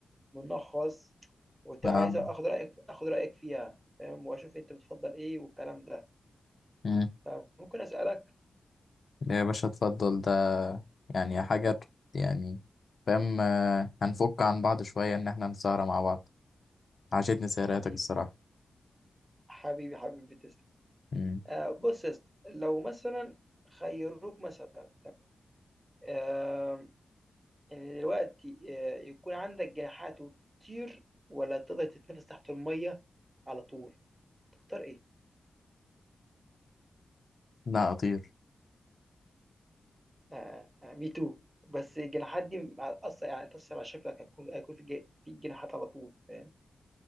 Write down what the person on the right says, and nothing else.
من نوع خاص وكنت
عايز اخد رايك اخد رايك فيها فاهم واشوف انت بتفضل ايه والكلام ده
فممكن اسالك
حبيبي
حبيبي حبيبي تسلم
أه بص يا اسطى لو مثلا خيروك مثلا تمام يعني دلوقتي آه، يكون عندك جناحات وتطير ولا تقدر تتنفس تحت المية على طول تختار ايه؟
آه مي تو بس الجناحات دي مع- أصلا يعني تأثر على شكلك هيكون هيكون في جا- في جناحات على طول فاهم؟